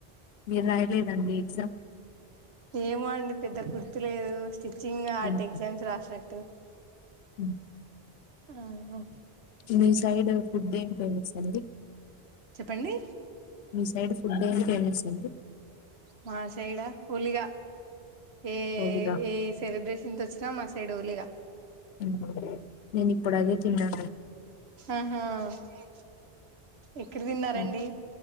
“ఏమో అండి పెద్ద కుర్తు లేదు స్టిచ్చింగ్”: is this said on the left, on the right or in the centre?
Right